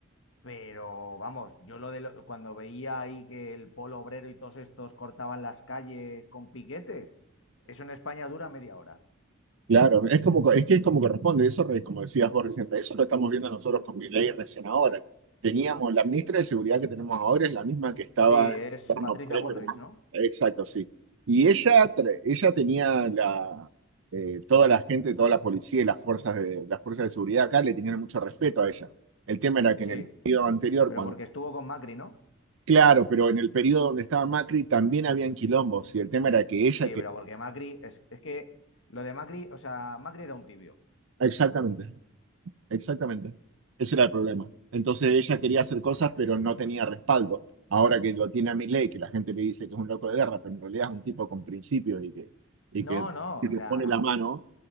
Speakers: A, on the left (about 65°); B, on the right (about 65°).
A: pero vamos, yo lo de lo- cuando veía ahí que el polo obrero y todos estos cortaban las calles con piquetes, eso en España dura media hora.
B: Claro, es como, es que es como corresponde, eso, re- como decías vos recién, eso lo estamos viendo nosotros con Milei recién ahora. Teníamos, la ministra de Seguridad que tenemos ahora es la misma que estaba,
A: Sí, es
B: bueno,
A: Patricia
B: pre-
A: Bullrich, ¿no?
B: exacto, sí. Y ella, tra- ella tenía la, eh, toda la gente, toda la policía y las fuerzas de, las fuerzas de seguridad acá le tenían mucho respeto a ella. El tema era que
A: Sí,
B: en el periodo anterior,
A: pero
B: cuando,
A: porque estuvo con Macri, ¿no?
B: claro, pero en el periodo donde estaba Macri también habían quilombos y el tema era que ella,
A: Sí,
B: que,
A: pero porque Macri, es, es que lo de Macri, o sea, Macri era un tibio.
B: exactamente. Exactamente. Ese era el problema. Entonces ella quería hacer cosas, pero no tenía respaldo. Ahora que lo tiene a Milei, que la gente le dice que es un loco de guerra, pero en realidad es un tipo con principios y que, y que,
A: No, no,
B: y
A: o
B: que
A: sea,
B: pone la mano,